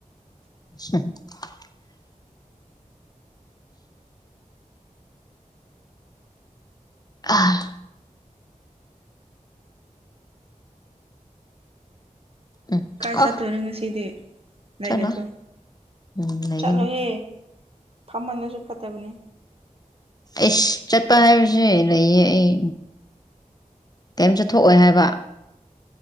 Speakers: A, on the left; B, on the right.
A: <unintelligible> ꯑꯥ ꯎꯝ
B: ꯀꯥꯏ
A: ꯑ
B: ꯆꯠꯇꯣꯏꯅꯣ ꯉꯁꯤꯗꯤ ꯂꯩꯒꯗ꯭ꯔꯣ
A: ꯆꯠꯂꯣꯏ ꯎꯝ ꯂꯩꯒꯅꯤ
B: ꯆꯠꯂꯣꯍꯦ ꯐꯝꯃꯜꯂꯁꯨ ꯐꯠꯇꯕꯅꯤ
A: ꯏꯁꯁ ꯆꯠꯄ ꯍꯥꯏꯕꯁꯦ ꯂꯩꯌꯦ ꯑꯩ ꯀꯩꯝꯇꯊꯣꯛꯑꯣꯏ ꯍꯥꯏꯕ